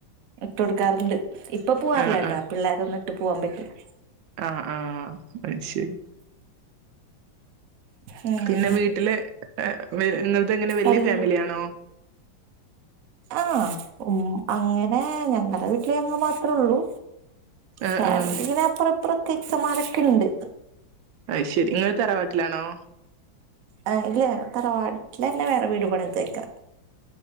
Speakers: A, on the right (about 60°); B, on the right (about 80°).
A: ഇട്ട് കൊടുക്കാറുണ്ട് ഇപ്പൊ പോവാറില്ലട്ടാ
B: ആഹ് ആഹ്
A: പിള്ളേരൊന്നിട്ട് പോവാൻ പറ്റില്ല.
B: ആഹ് ആഹ് അത് ശരി.
A: ഉം
B: പിന്നെ വീട്ടില് എ വെ നിങ്ങളത് എങ്ങനെ വല്യ
A: അല്ല
B: ഫാമിലിയാണോ?
A: ആഹ് ഉം അങ്ങനെ ഞങ്ങടെ വീട്ടില് ഞങ്ങള് മാത്രേള്ളൂ
B: ആ
A: ഫാമിലി
B: ആ
A: ഇങ്ങനെ അപ്പറ ഇപ്പറം ഇക്കമാരൊക്കെ ഉണ്ട്
B: അയ് ശെരി നിങ്ങ തറവാട്ടിലാണോ
A: ആഹ് ഇല്ല തറവാട്ടില തന്നെ വേറെ വീട് പണുതേക്കണേ